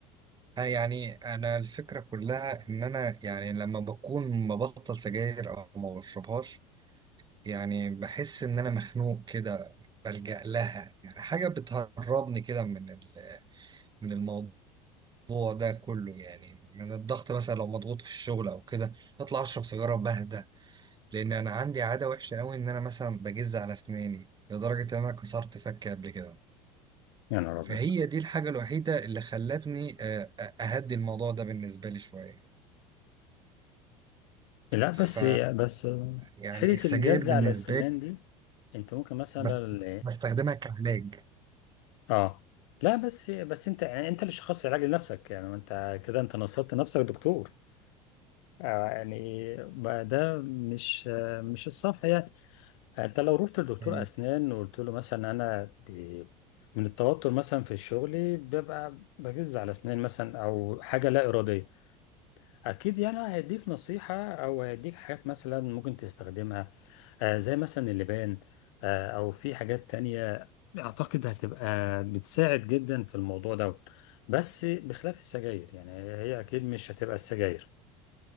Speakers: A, on the right (about 25°); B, on the left (about 55°).
A: يعني انا الفكره كلها ان انا يعني لما بكون مبطل سجاير او ما بشربهاش يعني بحس ان انا مخنوق كده بلجأ لها يعني حاجه بتهربني كده من ال- من الموضوع ده كله يعني من الضغط مثلا لو مضغوط في الشغل او كده بطلع اشرب سيجاره بهدى لان انا عندي عاده وحشه قوي ان انا مثلا بجز على اسناني لدرجه ان انا كسرت فكي قبل كده
B: يا نهار ابيض
A: فهي دي الحاجة الوحيدة اللي خلتني آه، أهدي الموضوع ده بالنسبة لي شوية
B: لا بس
A: ف
B: بس
A: يعني
B: حيله
A: السجاير
B: الجز
A: بالنسبة
B: على السنان
A: لي
B: دي انت ممكن مثلا
A: بس
B: ال-
A: بستخدمها كعلاج
B: اه لا بس بس انت يعني انت اللي شخصت العلاج لنفسك يعني انت كده انت نصبت نفسك دكتور آه، يعني ما ده مش آه، مش الصح يعني آه، انت لو رحت لدكتور
A: مم.
B: اسنان وقلت له مثلا انا ب... من التوتر مثلا في الشغل ببقى بجز على اسنان مثلا او حاجه لا اراديه اكيد يعني هيديك نصيحه او هيديك حاجات مثلا ممكن تستخدمها آه، زي مثلا اللبان آه، او في حاجات تانية اعتقد هتبقى بتساعد جدا في الموضوع ده بس بخلاف السجاير يعني هي اكيد مش هتبقى السجاير